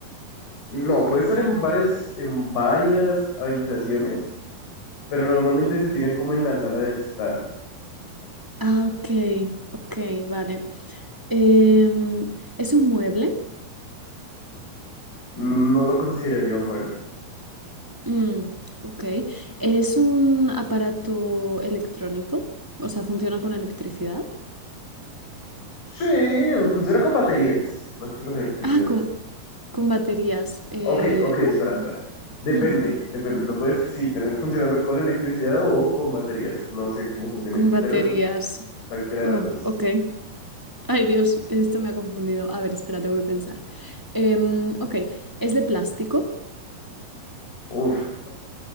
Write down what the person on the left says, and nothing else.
No, puede estar en varias, en varias habitaciones pero normalmente se tiene como en la sala de estar.
No lo consideraría un mueble.
Sí, funciona con baterías, más que con electricidad.
Ok, ok, espera,
espera. Depende,
depende. Lo puedes sí tener funcionando con electricidad o con baterías. No sé cómo funcione,
pero cualquiera de
las dos.
Uf.